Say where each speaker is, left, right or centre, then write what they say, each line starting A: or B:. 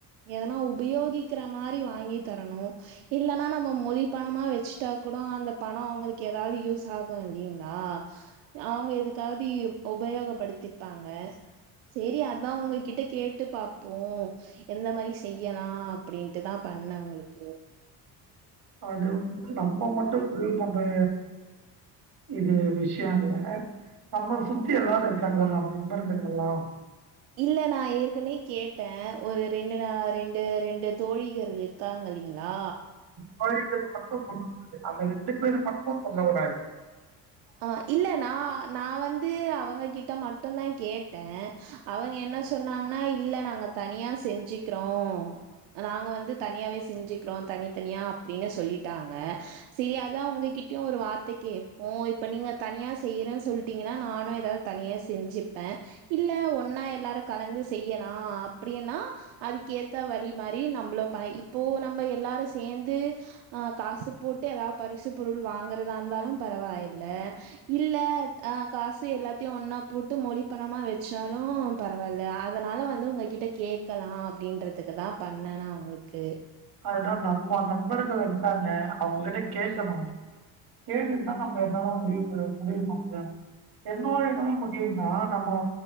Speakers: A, on the right; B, on the right.
A: எதனா உபயோகிக்கிற மாரி வாங்கி தரணு இல்லைன்னா நம்ம மொழி பணமா வச்சுட்டா கூட அந்த பணம் அவங்களுக்கு ஏதாவது யூஸ் ஆகும் இல்லிங்களா அவங்க எதுக்காவது உபயோகப்படுத்திப்பாங்க சரி அத் அதா உங்ககிட்ட கேட்டு பாப்போ எந்த மாதி செய்யலா அப்படின்ட்டுதா பண்ணே உங்களுக்கு
B: அது நம்ம மட்டு புரிய போ இது விஷய இல்ல நம்ம சுத்தி எல்லாரு இருக்காங்கள நம் ரொம்ப இருக்கிறங்கல்லா
A: இல்ல நா ஏற்கனே கேட்டே ஒரு ரெண்டு நா ரெண்டு ரெண்டு தோழியர் இருக்காங்க இல்லைங்ளா
B: தோழிகள் மட்டு சொல்ல கூடாது அந்த ரெண்டு பேரும் மட்டு சொல்ல கூடாது
A: ஆஹ் இல்ல நா நான் வந்து அவங்க கிட் ட மட்டுந்தா கேட்டே அவங்க என்ன சொன்னாங்னா இல்ல நாங்க தனியா செஞ் சிக்றோ நாங்க வந்து தனியாவே செஞ்சிக்றோ தனித்தனியா அப்டினு சொல்லிட்டாங்க செரி அதா உங்க கிட் கிட்யு ஒரு வார்த்தக்கேப்போ இப்ப நீங்க தனியா செய்யிறன் சொல்ட்டிங்கனா நானு ஏதாது தனியாக செஞ்சிப்பே இல்ல ஒன்னா எல்லாரு கலந்து செய்யலா அப்டின்னா அதுக்கேத்த வழி மாரி நம்ளோ ப இப்போ நம்ம எல்லாரு சேந்து அ காசு போட்டு ஏதாவ் பரிசு பொருள் வாங்கறதா இருந்தாலு பரவாய் ல இல்ல அ காசு எல்லாத்தையு ஒன்னா போட்டு மொழி பணமா வச்சாலு பரவால்ல அதனால வந்து உங்ககிட்ட கேக்கலா அப்டின்றதுக்கு தா பண்ணெனா உங்களுக்கு
B: அதுதா நம்ம நண்பர்கள் இருக்காங்க அவங்கிட்ட கேக்கணு கேட்டுட்டு தா நம்ம எல்லாரு முடிவுக்கு முடிவு பண்ணணு என்னோட <unintelligible>
A: அ
B: நம்மொ